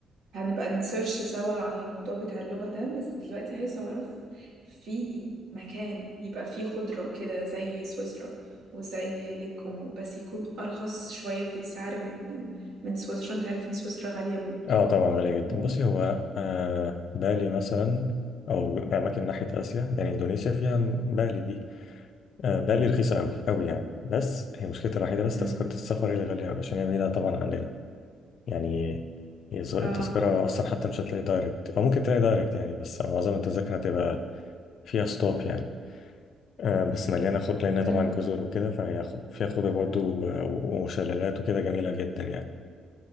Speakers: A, on the right; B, on the left.
A: هنبقى نسيرش سوا عن الموضوع بتاع اللغة ده بس دلوقتي عايز أعرف في مكان يبقى فيه خضرة كده زي سويسرا وزي ليك كومو بس يكون أرخص شوية في السعر من من سويسرا أنت عارف إن سويسرا غالية موت
B: آه طبعا غالية جدا
A: آه،
B: بصي هو آه بالي مثلا أو أماكن ناحية آسيا يعني إندونيسيا فيها بالي دي آه بالي رخيصة أوي أوي يعني بس هي مشكلتها الوحيدة بس
A: امم
B: تذكرة السفر هي اللي غالية أوي عشان هي بعيدة طبعا عننا يعني هي ز- التذكرة
A: اه
B: أصلا حتى مش هتلاقي دايركت أو ممكن تلاقي دايركت يعني بس معظم التذاكر هتبقى فيها ستوب يعني آه، بس مليانة خضرة لأنها
A: امم
B: طبعا جزر وكده فهي خ- فيها خضرة برضه و- وشلالات وكده جميلة جدا يعني